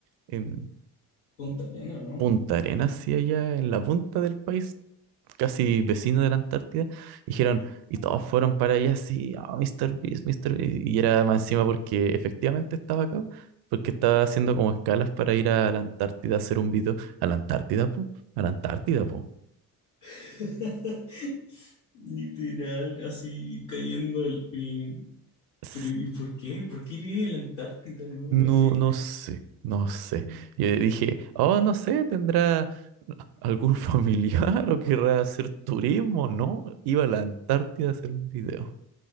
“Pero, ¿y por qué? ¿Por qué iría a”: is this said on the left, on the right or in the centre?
Left